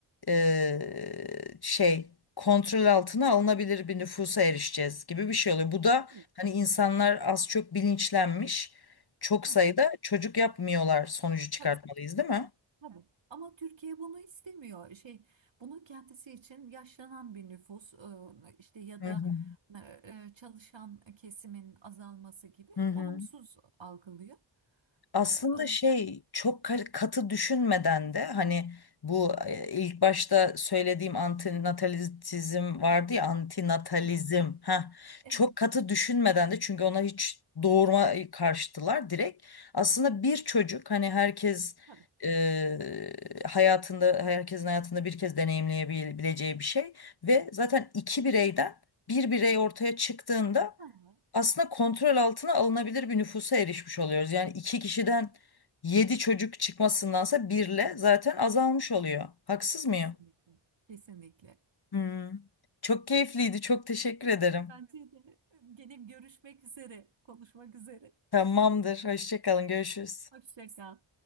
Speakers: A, on the left; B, on the right.
A: eee,
B: Evet,
A: şey kontrol altına alınabilir bir nüfusa erişeceğiz gibi bir şey oluyor. Bu da
B: evet.
A: hani insanlar az çok bilinçlenmiş. Çok
B: Hı
A: sayıda
B: hı,
A: çocuk yapmıyorlar sonucu çıkartmalıyız,
B: tabii.
A: değil mi?
B: Tabii. Ama Türkiye bunu istemiyor. Şey, bunu kendisi için yaşlanan bir nüfus e, işte ya
A: Hı
B: da
A: hı.
B: e, e, çalışan kesimin azalması gibi
A: Hı hı.
B: olumsuz algılıyor.
A: Aslında
B: E, e,
A: şey çok ka- katı düşünmeden de hani bu e, ilk başta söylediğim antinatalizm vardı
B: Evet,
A: ya antinatalizm
B: evet,
A: ha
B: evet.
A: çok katı düşünmeden de çünkü ona hiç doğurma karşıtılar direkt aslında bir çocuk hani herkes
B: Tabii.
A: e, hayatında herkesin hayatında bir kez deneyimleyebileceği bir şey ve
B: Evet.
A: zaten iki bireyden bir birey ortaya çıktığında
B: Ha,
A: aslında kontrol altına alınabilir bir nüfusa erişmiş oluyoruz. Yani iki kişiden yedi çocuk çıkmasındansa birle zaten azalmış oluyor. Haksız mıyım?
B: kesinlikle. Kesinlikle.
A: Hmm. Çok keyifliydi. Çok teşekkür ederim.
B: Bence de gene görüşmek üzere, konuşmak üzere.
A: Tamamdır. Hoşça kalın. Görüşürüz.
B: Hoşça kal.